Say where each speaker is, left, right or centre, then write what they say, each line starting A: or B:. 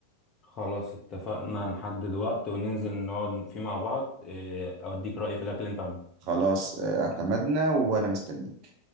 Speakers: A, on the left (about 30°); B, on the right (about 40°).
A: خلاص اتفقنا نحدد وقت وننزل نقعد فيه مع بعض آه، اوديك رايي في الاكل اللي انت عامله
B: خلاص آه، اعتمدنا وأنا مستنيك